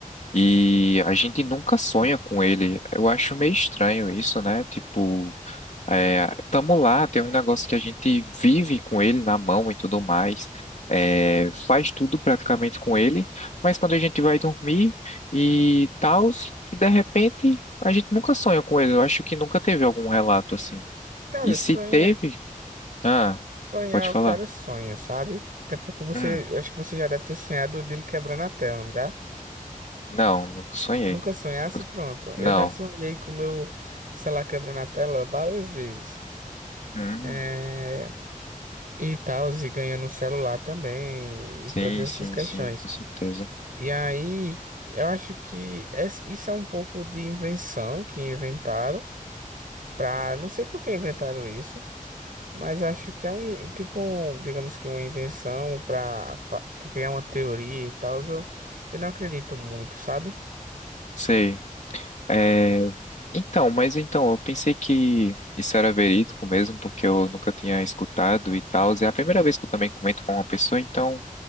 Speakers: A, on the left; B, on the right.
A: E a gente nunca sonha com ele. Eu acho meio estranho isso, né? Tipo. É, tamo lá, tem um negócio que a gente vive com ele na mão e tudo mais. É, faz tudo praticamente com ele, mas quando a gente vai dormir e tal, e de repente a gente nunca sonha com ele. Eu acho que nunca teve algum relato assim.
B: Cara,
A: E se
B: sonha,
A: teve, ah,
B: sonhar
A: pode
B: o
A: falar.
B: cara sonha, sabe? Até porque você,
A: Hum,
B: eu acho que você já deve ter sonhado dele quebrando a tela, não já?
A: não, nunca sonhei.
B: Nunca sonhasse, pronto. Eu
A: Não.
B: já sonhei com o meu celular quebrando a tela várias vezes.
A: Hum,
B: É, e tal, e ganhando um celular também,
A: sim,
B: e todas essas
A: sim,
B: questões.
A: sim, com certeza.
B: E aí, eu acho que essa- isso é um pouco de invenção que inventaram. Pra, não sei por que inventaram isso, mas acho que é um, in- tipo, um, digamos que uma invenção pra fa- te criar uma teoria e tal. Eu, eu não acredito muito, sabe?
A: Sei. É, então, mas então, eu pensei que isso era verídico mesmo, porque eu nunca tinha escutado e tal. É a primeira vez que eu também comento com uma pessoa, então